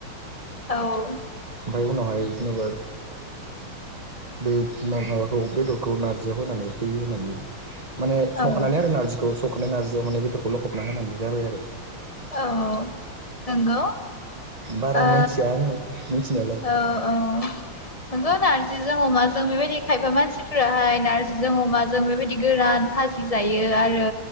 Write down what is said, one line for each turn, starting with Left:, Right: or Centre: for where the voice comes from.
Left: औ
Right: फाय उनावहाय जेनबा बे माबा माबाखौ बेदरखौ नारजियाव होनानै दै होनानै माने संखानानै
Left: औ
Right: आरो नारजिखौ संखानाय नारजियाव माने बेदरखौ लखबना होनानै जाबाय आरो
Left: औ नंगौ
Right: बारा
Left: ओ
Right: मोनथिया आङो मिथिनायालाय
Left: औ औ नोंगौ नारजिजों अमाजों बेबायदि खायबा मानसिफ्राहाय नारजिजों अमाजों बेबायदि गोरान जि जायो आरो